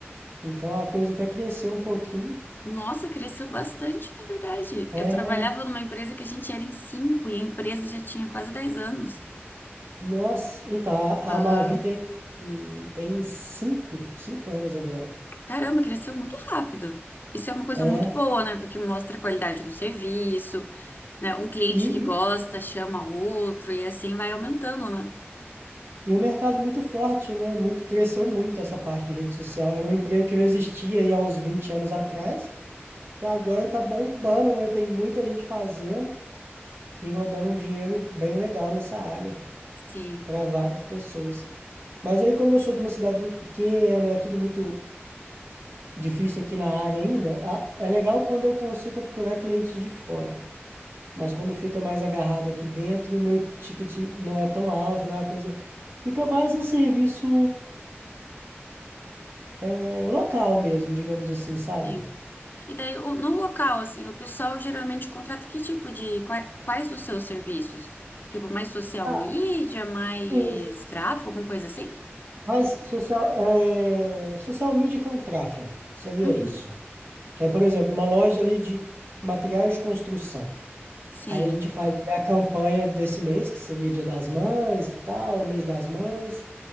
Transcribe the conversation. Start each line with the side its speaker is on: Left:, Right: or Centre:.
Right: Então a coisa até cresceu um pouquinho.
Left: Nossa, cresceu bastante, na verdade.
Right: É,
Left: Eu trabalhava numa empresa que a gente era em cinco e a empresa já tinha quase 10 anos.
Right: nossa, então a,
Left: Aham.
Right: a Mavi tem, tem cinco, cinco anos agora.
Left: Caramba, cresceu muito rápido. Isso é uma coisa
Right: É,
Left: muito boa, né? Porque mostra a qualidade do serviço. né, um cliente
Right: e,
Left: que gosta chama outro e assim vai aumentando, né?
Right: e o mercado muito forte, né? Muito, cresceu muito essa parte de rede social. Era um emprego que não existia aí há uns 20 anos atrás. que agora tá bombando, né? Tem muita gente fazendo e rodando um dinheiro bem legal nessa área
Left: Sim,
Right: para várias pessoas. Mas aí, como eu sou de uma cidade muito pequena, é tudo muito difícil aqui na área ainda, a- é legal quando eu consigo capturar clientes de fora. Mas quando fica mais agarrado aqui dentro, o meu ticket não é tão alto, não é uma coisa. Fica mais um serviço é, local mesmo, digamos assim, sabe?
Left: sim. E daí, o- no local, assim, o pessoal geralmente contrata que tipo de, quais, quais os seus serviços? Tipo, mais social
Right: Ah,
Left: media, mais
Right: sim.
Left: tráfego, alguma coisa assim?
Right: Mas social, é, social media que é um tráfego, seria
Left: Uhum.
Right: isso. Que é, por exemplo, uma loja ali de materiais de construção.
Left: Sim,
Right: Aí a gente faz ali a campanha desse mês, que seria Dia das Mães e tal, o mês das mães,